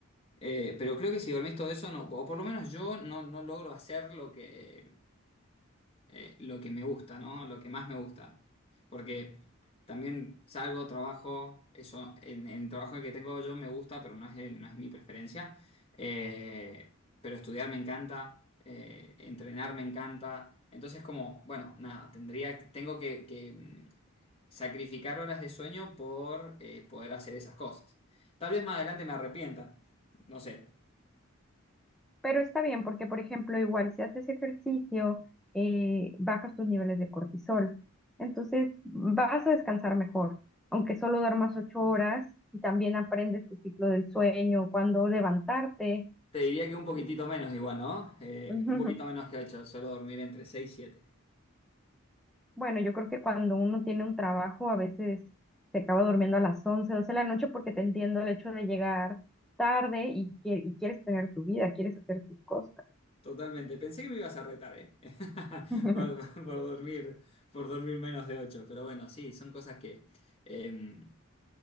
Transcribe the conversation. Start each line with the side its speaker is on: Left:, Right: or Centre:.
Left: Eh, pero creo que si dormís todo eso, no, o por lo menos yo no, no logro hacer lo que, eh, lo que me gusta, ¿no? Lo que más me gusta. Porque también salgo, trabajo, eso, en, en el trabajo que tengo yo me gusta, pero no es, el- no es mi preferencia. Eh, pero estudiar me encanta, eh, entrenar me encanta. Entonces, como, bueno, nada, tendría, tengo que, que, mm, sacrificar horas de sueño por eh, poder hacer esas cosas. Tal vez más adelante me arrepienta, no sé.
Centre: Pero está bien porque, por ejemplo, igual si haces ejercicio, eh, bajas tus niveles de cortisol. Entonces vas a descansar mejor. Aunque solo duermas ocho horas y también aprendes tu ciclo del sueño, cuándo levantarte.
Left: Te diría que un poquitito menos igual, ¿no? Eh,
Centre: <laughs>
Left: un poquito menos que 8. suelo dormir entre seis y siete.
Centre: Bueno, yo creo que cuando uno tiene un trabajo a veces se acaba durmiendo a las 11 12 de la noche porque te entiendo el hecho de llegar tarde y, quie- y quieres tener tu vida, quieres hacer tus cosas.
Left: Totalmente. Pensé que me ibas a retar, ¿eh? <laughs>
Centre: <laughs>
Left: Por, por dormir, por dormir menos de 8. Pero bueno, sí, son cosas que, eh,